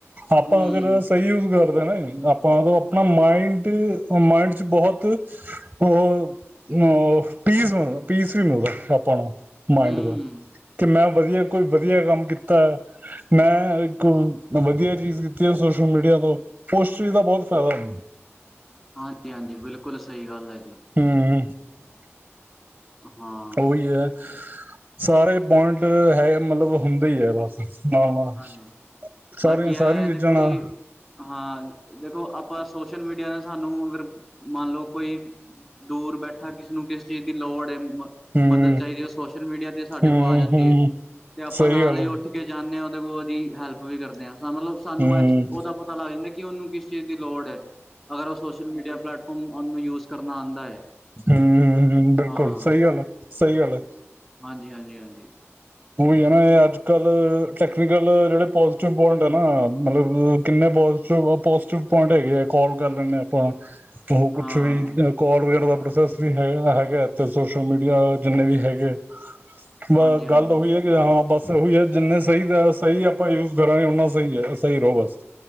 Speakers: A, on the right; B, in the centre.
A: ਆਪਾਂ
B: ਹਮ
A: ਅਗਰ ਸਹੀ ਯੂਜ ਕਰਦੇ ਹ ਨਾ ਜੀ ਆਪਾਂ ਆਪਾਂ ਆਪਣਾ ਮਾਇੰਡ ਮਾਇੰਡ ਚ ਬਹੁਤ ਉਹ ਅ ਪੀਸ ਮ ਪੀਸ ਵੀ ਮਿਲਦਾ ਆਪਾਂ ਨੂੰ ਮਾਇੰਡ
B: ਹਮ
A: ਦਾ ਕਿ ਮੈਂ ਵਧੀਆ ਕੋਈ ਵਧੀਆ ਕੰਮ ਕੀਤਾ ਮੈਂ ਇੱਕ ਵਧੀਆ ਚੀਜ਼ ਕੀਤੀ ਹੈ ਸੋਸ਼ਲ ਮੀਡੀਆ ਤੋਂ ਉਸ ਚੀਜ਼ ਦਾ ਬਹੁਤ ਫਾਇਦਾ ਮੈੂੰ
B: ਹਾਂਜੀ ਹਾਂਜੀ ਬਿਲਕੁਲ ਸਹੀ ਗੱਲ ਹੈ ਜੀ
A: ਹਮ
B: ਹਾਂ
A: ਉਹੀ ਹੈ ਸਾਰੇ ਪੁਆਇੰਟ ਹੈ ਮਤਲਬ ਹੁੰਦਾ ਹੀ ਹੈ ਬਸ ਨਾਲ ਨਾਲ
B: ਹਾਂਜੀ
A: ਸਾਰੀਆਂ
B: ਬਾਕੀ
A: ਸਾਰੀਆਂ
B: ਇਹ
A: ਚੀਜ਼ਾਂ
B: ਦੇਖੋ
A: ਨਾਲ
B: ਜੀ ਹਾਂ ਦੇਖੋ ਆਪਾਂ ਸੋਸ਼ਲ ਮੀਡੀਆ ਨਾਲ ਸਾਨੂੰ ਅਗਰ ਮੰਨ ਲਓ ਕੋਈ ਦੂਰ ਬੈਠਾ ਕਿਸੇ ਨੂੰ ਕਿਸ ਚੀਜ਼ ਦੀ ਲੋਡ ਮਦਦ
A: ਹੂੰ
B: ਚਾਹੀਦੀ ਹੈ ਉਹ ਸੋਸ਼ਲ ਮੀਡੀਆ ਤੇ ਸਾਡੇ
A: ਹੂੰ
B: ਕੋਲ ਆ ਜਾਂਦੀ
A: ਹੂੰ
B: ਹੈ ਤੇ ਆਪਾਂ
A: ਸਹੀ
B: ਨਾਲ
A: ਗੱਲ
B: ਹੀ ਉੱਠ
A: ਹੈ
B: ਕੇ ਜਾਂਦੇ ਹਾਂ ਉਹਦੀ ਹੈਲਪ ਵੀ ਕਰਦੇ ਹਾਂ ਮਤਲਬ ਸਾਨੂੰ
A: ਹੂੰ
B: ਉਹਦਾ ਪਤਾ ਲੱਗ ਜਾਂਦਾ ਕਿ ਉਹਨੂੰ ਕਿਸ ਚੀਜ਼ ਦੀ ਲੋੜ ਹੈ ਅਗਰ ਉਹ ਸੋਸ਼ਲ ਮੀਡੀਆ ਪਲੇੈਟਫਾਰਮ ਉਹਨੂੰ ਯੂਜ ਕਰਨਾ ਆਉਂਦਾ ਹੈ
A: ਹਮ ਹ ਹਮ ਬਿਲਕੁਲ
B: ਹਾਂ
A: ਸਹੀ ਗੱਲ ਹੈ ਸਹੀ ਗੱਲ ਹੈ
B: ਹਾਂਜੀ ਹਾਂਜੀ ਹਾਂਜੀ
A: ਹੋ ਯ ਅੱਜ ਕੱਲ ਟੈਕ ਲ ਜਿਹੜੇ ਪੋਜੀਟਿਵ ਪੁਆਇੰਟ ਹੈ ਨਾ ਮਤਲਬ ਕਿੰਨੇ ਪੋਟਿਵ ਪੋਜੀਟਿਵ ਪੁਆਇੰਟ ਹੈਗੇ ਆ ਕੋਲ ਕਰ ਲੈਂਦੇ ਹਾਂ ਆਪਾਂ ਹੋ
B: ਹਾਂ
A: ਕੁਛ ਵੀ ਕੋਲ ਵਗੈਰਾ ਦਾ ਪ੍ਰੋਸੈਸ ਵੀ ਹੈਗਾ ਹੈਗਾ ਤੇ ਸੋਸ਼ਲ ਮੀਡੀਆ ਜਿੰਨੇ ਵੀ ਹੈਗੇ ਵ
B: ਹਾਂਜੀ ਹਾਂਜੀ
A: ਗੱਲ ਉਹੀ ਹੈ ਕਿ ਹ ਬਸ ਸਹੀ ਹੈ ਜਿੰਨੇ ਸਹੀ ਦਾ ਸਹੀ ਆਪਾਂ ਯੂਜ ਕਰਾਂਗੇ ਉਨਾ ਸਹੀ ਹੈ ਸਹੀ ਰਹੋ ਬਸ